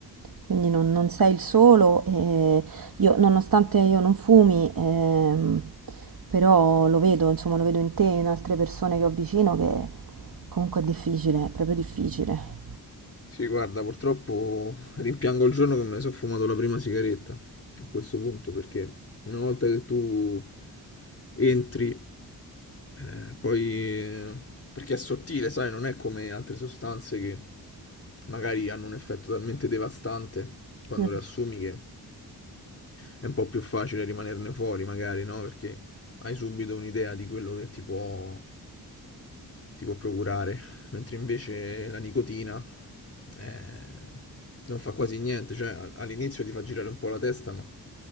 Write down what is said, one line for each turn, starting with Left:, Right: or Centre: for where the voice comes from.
Right: quindi non, non sei il solo e io, nonostante io non fumi, ehm, però lo vedo, insomma, lo vedo in te e in altre persone che ho vicino che comunque è difficile, è proprio difficile.
Left: Sì, guarda, purtroppo rimpiango il giorno che mi sono fumato la prima sigaretta a questo punto, perché una volta che tu entri, eh, poi... eh, perché è sottile, sai, non è come altre sostanze che magari hanno un effetto talmente devastante quando
Right: Eh.
Left: le assumi che è un po' più facile rimanerne fuori, magari, no? Perché hai subito un'idea di quello che ti può, ti può procurare, mentre invece la nicotina eh, non fa quasi niente, cioè a- all'inizio ti fa girare un po' la testa, ma